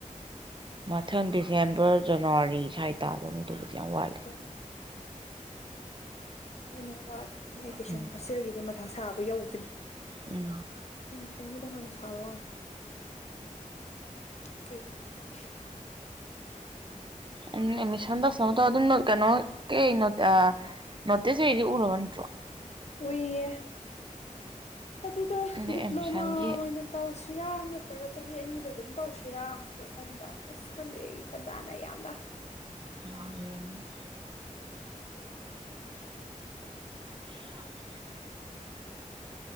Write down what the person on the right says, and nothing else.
ꯃꯊꯪ ꯗꯤꯁꯦꯝꯕꯔ ꯖꯅꯋꯥꯔꯤ ꯁ꯭ꯋꯥꯏ ꯇꯥꯗꯧꯅꯤꯗꯨꯕꯨꯗꯤ
ꯌꯥꯝ ꯋꯥꯠꯂꯤ
ꯎꯝ
ꯎꯝ
ꯑꯩꯅ ꯑꯦꯃꯤꯁꯟ ꯇꯧꯁꯟꯅꯕ ꯇꯧ ꯑꯗꯨꯨꯝꯅ ꯀꯩꯅꯣ ꯀꯩ ꯅꯣꯗ ꯅꯠꯇꯤꯁ ꯏꯔꯤꯖꯦ ꯎꯔꯕ ꯅꯠꯇ꯭ꯔꯣ
ꯑꯗꯩ
ꯑꯦꯗꯃꯤꯁꯟꯒꯤ
<unintelligible> <unintelligible>